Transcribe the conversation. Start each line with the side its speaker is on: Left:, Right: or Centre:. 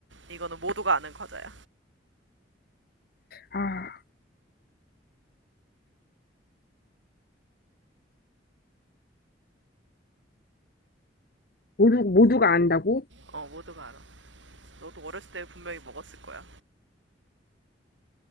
Right: 이거는 모두가 아는 과자야.
Left: 아, 모두 모두가 안다고?
Right: 어, 모두가 알아. 너도 어렸을 때 분명히 먹었을 거야.